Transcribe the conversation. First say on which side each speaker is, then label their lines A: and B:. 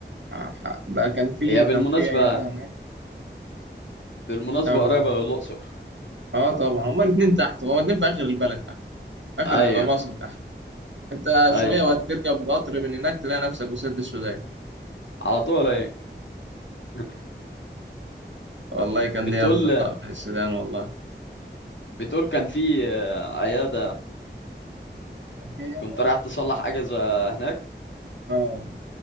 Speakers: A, on the right (about 80°); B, on the left (about 80°).
A: ح- ح- بقى كان في
B: هي بالمناسبة
A: كان في عياده هناك
B: بالمناسبة
A: يلا
B: قريبة للأقصر
A: اه طبعا هما الاثنين تحت هما الاثنين في اخر البلد تحت
B: أيوة
A: في اخر مصر تحت انت
B: أيوة
A: شويه وهتركب قطر من هناك تلاقي نفسك وصلت السودان
B: على طول أيوة <laughs>
A: والله كان
B: بتقول
A: ليا اصدقاء في السودان والله
B: بتقول كان في آه، عيادة
A: كان في عيادة
B: كنت
A: واقفة.
B: رايح تصلح أجهزة هناك
A: اه